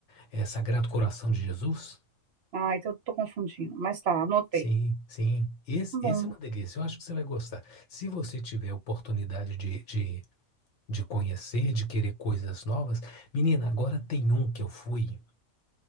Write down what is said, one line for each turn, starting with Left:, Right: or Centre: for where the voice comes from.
Left: é, Sagrado Coração de Jesus.
Right: Ah, então eu tô confundindo, mas tá, anotei.
Left: Sim, sim. Esse,
Right: Bom,
Left: esse é uma delícia. Eu acho que você vai gostar. Se você tiver a oportunidade de, de, de conhecer, de querer coisas novas, menina, agora tem um que eu fui.